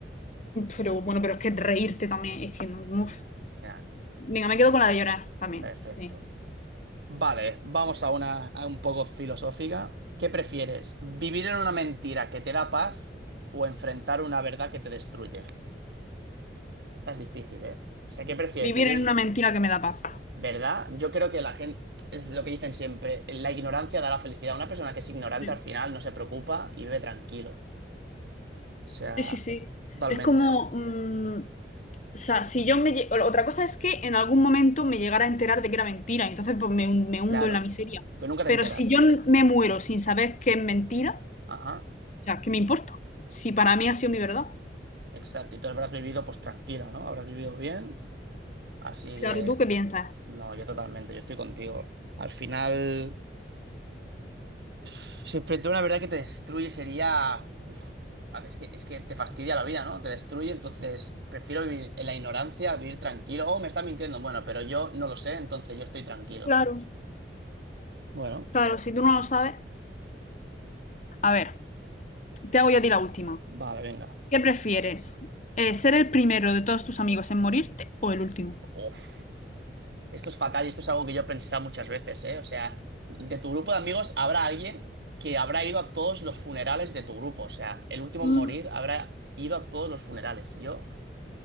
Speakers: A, on the left; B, on the right.
A: pero bueno, pero es que reírte también. Es que no. no, uf.
B: Genial,
A: Venga, me quedo con la de llorar también.
B: perfecto.
A: Sí.
B: Vale, vamos a una a un poco filosófica. ¿Qué prefieres? ¿Vivir en una mentira que te da paz o enfrentar una verdad que te destruye? Esta es difícil, ¿eh? O sea, ¿qué prefieres?
A: Vivir
B: ¿Vivir
A: en una mentira que me da paz.
B: ¿Verdad? Yo creo que la gente, es lo que dicen siempre, la ignorancia da la felicidad. Una persona que es ignorante
A: Sí.
B: al final no se preocupa y vive tranquilo. O sea,
A: Sí, sí, sí.
B: totalmente,
A: Es como,
B: ¿no?
A: mm, o sea, si yo me... lle- Otra cosa es que en algún momento me llegara a enterar de que era mentira, entonces pues me, hun- me hundo
B: Claro.
A: en la miseria.
B: Pero nunca te
A: Pero
B: enteras.
A: si yo n- me muero sin saber que es mentira,
B: Ajá,
A: o sea, ¿qué me importa? Si para mí ha sido mi verdad.
B: exacto. Y tú habrás vivido pues tranquila, ¿no? Habrás vivido bien. Así que,
A: Claro, ¿tú qué piensas?
B: no, yo totalmente, yo estoy contigo. Al final, <sighs> si enfrentara una verdad que te destruye sería... a ver, es que, es que te fastidia la vida, ¿no? Te destruye, entonces prefiero vivir en la ignorancia, vivir tranquilo. Oh, me está mintiendo. Bueno, pero yo no lo sé, entonces yo estoy tranquilo.
A: Claro.
B: Bueno,
A: Claro, si tú no lo sabes. A ver, te hago yo a ti la última.
B: vale, venga.
A: ¿Qué prefieres? Eh, ¿ser el primero de todos tus amigos en morirte o el último?
B: Uf. Esto es fatal y esto es algo que yo he pensado muchas veces, ¿eh? O sea, de tu grupo de amigos habrá alguien que habrá ido a todos los funerales de tu grupo. O sea, el último
A: Mm,
B: en morir habrá ido a todos los funerales. Y Yo,